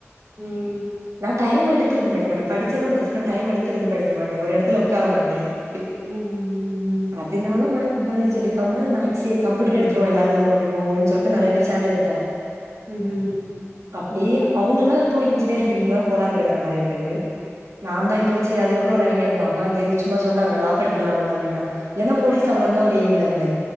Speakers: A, on the right; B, on the right.
A: ம்
B: நா டைம் எடுத்திருந்த படிக்க மாட்ட படிச்சனா படிச் அப்பற டைம் எடுத்து இருந்து படிக்க மாட்ட ஒரு எடத்துல ஒக்கார மாட்ட அப்டி
A: ம் ம் ம் ம்
B: அதுனால பய பயாலஜி எடுக்காம மேக்ஸே கம்ப்யூட்டர் எடுத்துருவோ எல்லாரு அப்டின் போவோன் சொல்லிட்டு
A: ம்
B: நெறைய பேர் சேந்து எடுத்தோ
A: ம்ஹ்ம்
B: அப்டி அவங்க எல்லா இப்போ இன்ஜினியர் ஃபீல்டுதா போலான்னு இருக்காங்க நெறைய பேரு நா தா இப்போ செரி அதுக்கப்பற ஒரு ஐடியா வந்து அம்மாக்கே சும்மா சொன்னாங்க லா படிக்கலாம்ல அப்டீன்னாங்க இல்லன்னா போலீஸ் ஆவலாந்தா ஒரு எய்ம்ல இருந்த